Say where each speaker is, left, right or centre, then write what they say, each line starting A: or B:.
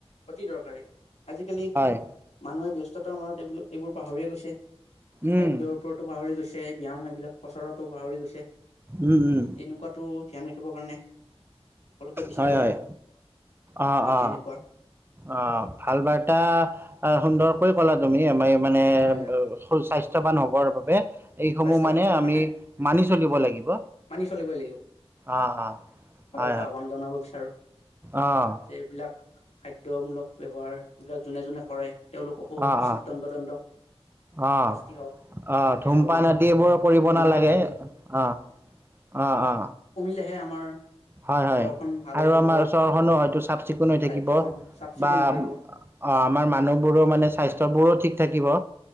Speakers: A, on the left; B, on the right.
A: অতি দৰকাৰী আজিকালি
B: হয়।
A: মানুহে ব্যস্ত <unintelligible> এই বোলো এইবোৰ পাহৰিয়ে গৈছে
B: উম,
A: খাদ্যৰ ওপৰতো পাহৰি গৈছে, ব্যায়াম এইবিলাক কচৰতো পাহৰি গৈছে,
B: উম, উম,
A: এই তেনেকুৱাতো ধ্যান ৰাখিবৰ কাৰণে সকলোকে বিচাৰো
B: হয় হয়
A: মই
B: অ
A: এই
B: অ
A: তেনেকুৱা
B: অ ভাল বাৰ্তা সুন্দৰকৈ কলা তুমি আমাৰ মানে
A: হয় হয়
B: সৰু স্বাস্থ্য ৱান হবৰ বাবে এইসমূহ
A: স্বাস্থ্যৱান
B: মানে
A: হবৰ
B: আমি
A: কাৰণে
B: মানি চলিব লাগিব
A: মানি চলিবই
B: অ অ
A: আ আহ্বান জনাব বিচাৰো
B: আহঁ
A: যে এইবিলাক খাদ্যমূলক ব্যৱহাৰবিলাক যোনে যোনে কৰে তেওঁলোককো
B: অ',
A: উচিত
B: অ',
A: তণ্ট দণ্ড
B: অ
A: শাস্তি হওক
B: অ
A: তেনেকে
B: থুম
A: ভাবো
B: পান
A: মই
B: আদি এইবোৰ কৰিব
A: ধূমপান
B: নালাগে
A: আদি
B: অ অ অ
A: তেহে আমাৰ
B: হয় হয়
A: চহৰখন ভাল হৈ
B: আৰু
A: থাকিব
B: আমাৰ চৰখনো হয়তো চাফ চিকুণ হৈ থাকিব
A: ৰাজ্যখন চাফ চিকুণ
B: বা
A: হৈ থাকিব
B: অ আমাৰ মানুহবোৰো মানে স্বাস্থ্যবোৰো ঠিক থাকিব।